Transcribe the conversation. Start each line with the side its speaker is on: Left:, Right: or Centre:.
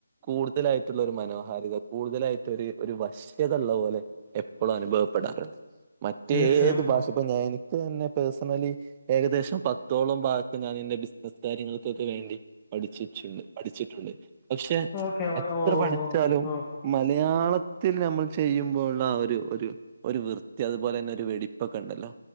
Right: കൂടുതലായിട്ടുള്ളൊരു മനോഹാരിത കൂടുതലായി ട്ടൊരു, ഒരു വശ്യത ള്ള പോലെ എപ്പളും അനുഭവപ്പെടാറുണ്ട്. മറ്റേത്
Left: തീർച്ചയായും
Right: ഭാഷ പ്പ ഞാന് എനിക്കന്നെ പേഴ്സണലി ഏകദേശം പ ത്തോളം ഭാഗത്ത് ഞാന് ന്റെ ബിസിനസ്സ് കാര്യങ്ങൾക്കൊക്കെ വേണ്ടി പഠിച്ചിച്ചുണ്ട് പഠിച്ചിട്ടുണ്ട്. പക്ഷെ
Left: ഓക്കെ ഓ
Right: എത്രപടി
Left: ഓ
Right: ച്ചാലും
Left: ഓ
Right: മലയാളത്തിൽ ഞമ്മൾ ചെയ്യുമ്പോള്ള ആ ഒരു, ഒരു ഒരു വൃത്തി അതുപോലെന്നെ ഒരു വെടിപ്പൊക്കെണ്ടല്ലോ.